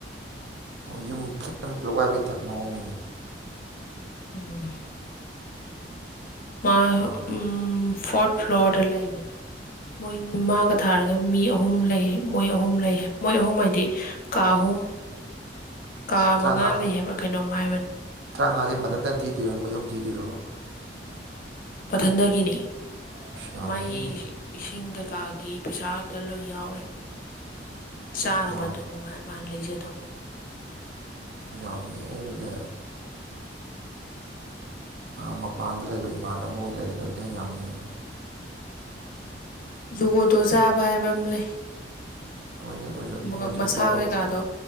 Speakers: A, on the right; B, on the left.
A: ꯑꯣ ꯌꯨꯝ <unintelligible> ꯄꯨꯂꯞ ꯋꯥꯏꯕꯩ ꯇꯥꯏꯞ ꯃꯑꯣꯡꯅꯤꯅꯦ
B: ꯎꯝ ꯃꯥ
A: ꯌꯥꯝ
B: ꯎꯝ ꯐꯣꯔꯠ ꯐ꯭ꯂꯣꯔꯗ ꯂꯩꯕꯅꯤ ꯃꯣꯏ ꯃꯥꯒ ꯊꯥꯔꯒ ꯃꯤ ꯑꯍꯨꯝ ꯂꯩꯌꯦ ꯃꯣꯏ ꯑꯍꯨꯝ ꯂꯩ ꯃꯣꯏ ꯑꯍꯨꯝ ꯍꯥꯏꯗꯤ ꯀꯥ ꯑꯍꯨꯝ ꯀꯥ
A: ꯇꯔꯥꯃꯉꯥ
B: ꯃꯉꯥ ꯂꯩ ꯍꯥꯏꯕ꯭ꯔꯥ ꯀꯩꯅꯣꯝ ꯍꯥꯏꯕꯅꯤ
A: ꯇꯔꯥꯃꯉꯥꯁꯦ ꯃꯊꯟꯇꯪ ꯊꯤꯗꯣꯏꯔ ꯃꯣꯏ ꯑꯍꯨꯝ ꯊꯤꯗꯣꯏꯔꯕ
B: ꯃꯊꯟꯗꯒꯤꯅꯤ
A: ꯑꯁ ꯌꯥꯝꯃꯤꯍꯦ
B: ꯃꯥꯏ ꯏꯁꯤꯡ ꯀꯩꯀꯥ ꯒꯤ ꯄꯩꯁꯥ ꯑꯗꯨꯗ ꯂꯣꯏ ꯌꯥꯎꯔꯦ ꯆꯥꯅꯕꯗꯨꯃꯉꯥꯏꯔꯦ
A: ꯑꯁ ꯌꯥꯝ
B: ꯃꯥꯅ ꯂꯩꯖꯗꯧꯕ
A: ꯌꯥꯝꯃꯤꯍꯦ ꯑꯗꯨꯗꯤ ꯑꯥ ꯃꯄꯥꯟꯗ ꯂꯩꯕ ꯏꯃꯥꯟꯅꯕ ꯍꯣꯏ ꯂꯩꯔꯤꯗꯨꯗꯩ ꯍꯦꯟꯅ ꯌꯥꯝꯃꯤꯅꯦ ꯑꯗꯨꯒꯤ
B: ꯖꯨꯒꯣꯠꯇꯣ ꯆꯥꯕ ꯍꯥꯏꯕ ꯑꯃ ꯂꯩ
A: ꯍꯣꯏꯅꯦ ꯑꯗꯨ ꯑꯣꯏꯁꯨ
B: ꯃꯒ
A: ꯃꯣꯏꯁꯨ
B: ꯃꯁꯥ
A: ꯕꯥꯠꯔꯨꯝ
B: ꯀꯩꯀꯥꯗꯣ